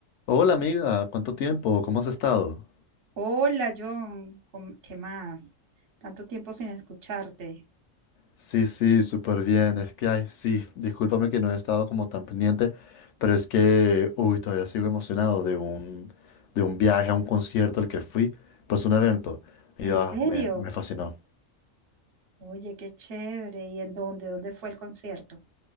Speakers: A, on the left; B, on the right.
A: Hola amiga, ¿cuánto tiempo? ¿Cómo has estado?
B: Hola, John, ¿cómo- ¿qué más? Tanto tiempo sin escucharte.
A: Sí, sí, súper bien. Es que, ay, sí, discúlpame que no he estado como tan pendiente, pero es que, uy, todavía sigo emocionado de un, de un viaje a un concierto al que fui, pues un evento. Y
B: ¿En
A: ah,
B: serio?
A: me, me fascinó.
B: Oye, qué chévere. ¿Y en dónde? ¿Dónde fue el concierto?